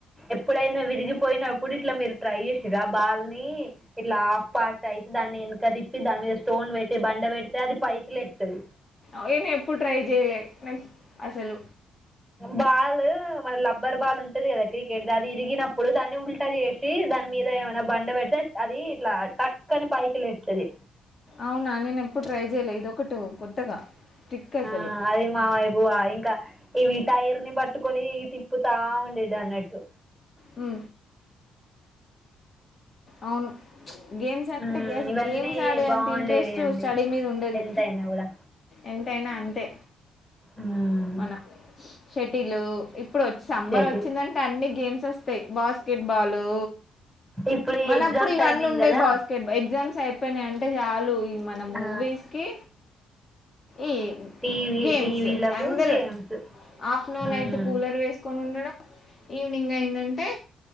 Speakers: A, in the centre; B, on the left (about 40°).
A: ఎప్పుడైన విరిగిపోయినప్పుడు ఇట్లా మీరు ట్రై చేసిర్రా ఆ బాల్ ని ఇట్లా ఆఫ్ పార్ట్ అయితే దాన్ని వెనక తిప్పి దాని మీద స్టోన్ పెట్టి బండ పెడితె అది పైకి లేస్తది.
B: అయిన ఎప్పుడు ట్రై చేయలే నె అసలు
A: బాల్ మరి లబ్బర్ బాల్ ఉంటది కదా క్రికెట్ ది అది ఇరిగినప్పుడు దాన్ని ఉల్టా చేసి దాని మీద ఏమైన బండ పెడితె అది ఇట్ల టక్కని పైకి లేస్తది.
B: అవునా నేను ఎప్పుడు ట్రై చేయలె ఇదొకటు కొత్తగా ట్రిక్ అసలు
A: ఆ అది మా వయిపువ ఇంకా ఇవి టైర్ ని పట్టుకొని ఈ తిప్పుతా ఉండేడు అన్నట్టు.
B: ఉ అవును గేమ్స్ అంటే
A: ఉమ్,
B: గెస
A: ఇవన్నీ
B: గేమ్స్ ఆడె
A: బాగుండేవి
B: అంత ఇంట్రెస్ట్
A: అండి
B: స్టడీ మీద ఉండది
A: ఎంతైనా కూడా
B: ఎంతయినా అంతే
A: ఉమ్,
B: మనం షటిలు ఇప్ ఇప్పుడు సమ్మర్
A: షటిల్
B: వచ్చిందంటె అన్ని గేమ్స్ గుత్తొస్తాయి బాస్కెట్ బాలు
A: ఇప్పుడు ఈ
B: మనప్పుడు
A: ఎగ్జామ్
B: ఇవన్నీ
A: టైమింగ్
B: ఉండేయి
A: కదా
B: బాస్కెట్ బా ఎగ్జామ్స్ అయిపోయినాయి అంటే చాలు మన మూవీస్
A: ఆ
B: కి ఈ
A: టీవీ
B: గేమ్స్
A: టీవీలకు
B: అందరు
A: గేమ్స్
B: ఆఫ్టర్నూన్
A: ఉమ్.
B: అయితే కూలర్ వేసుకొని ఉండడం ఈవినింగ్ అయిందంటే